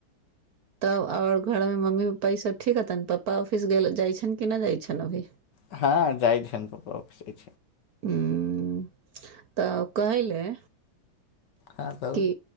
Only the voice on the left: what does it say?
हँ, जाइ छियनि पप्पा आँफिस।
हँ कहू
ने